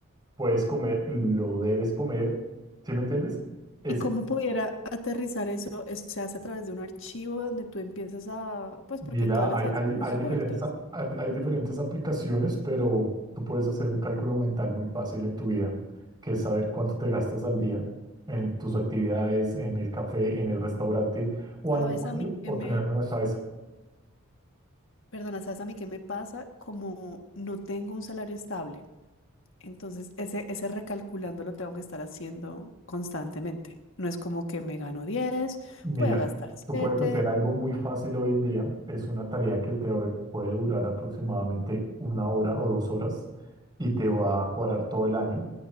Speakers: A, on the right; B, on the left.
A: puedes comer, lo debes comer? ¿Sí me entiendes? Es,
B: ¿Y cómo pudiera aterrizar eso? Eso se hace a través de un archivo donde tú empiezas a, pues
A: mira,
B: porque todas las
A: hay,
B: ideas
A: hay,
B: son
A: hay
B: sueltas.
A: diferentes, a- hay, hay diferentes aplicaciones, pero tú puedes hacer un cálculo mental muy fácil en tu vida, que es saber cuánto te gastas al día en tus actividades, en el café, en el restaurante, o
B: ¿Sabes
A: anotarlo
B: a mí qué
A: o
B: me,
A: tenerlo en la cabeza.
B: perdona, sabes a mí qué me pasa? Como no tengo un salario estable, entonces ese, ese recalculando lo tengo que estar haciendo constantemente. No es como que me gano 10,
A: Mira,
B: voy a gastar
A: tú
B: siete.
A: puedes hacer algo muy fácil hoy en día. Es una tarea que te o- puede durar aproximadamente una hora o dos horas y te va a cuadrar todo el año,